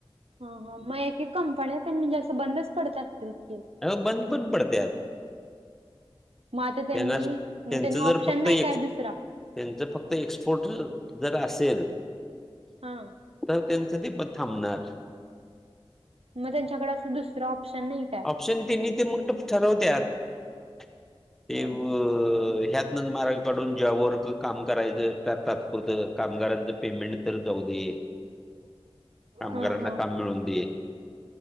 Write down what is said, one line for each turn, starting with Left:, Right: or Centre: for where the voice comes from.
Right: ह हा मग एक कंपन्या म्हणजे असं बंदच पडत असतील की.
Centre: अआता बंद पण पडत्यात.
Right: मग आता त्यांनी
Centre: त्यांना त्यांचं
Right: त्यांना
Centre: जर
Right: ऑप्शन
Centre: फक्त
Right: नाही
Centre: एक
Right: काय दुसरा?
Centre: त्यांचं फक्त एक्सपोर्ट जर असेल.
Right: हा.
Centre: तर त्याचं ते थांबणार.
Right: मग त्यांच्याकड असं दुसरं ऑप्शन नाही का?
Centre: <unintelligible>
Right: ह ह
Centre: <unintelligible>
Right: <inaudible>
Centre: कामगारांना
Right: ह
Centre: काम मिळून दे.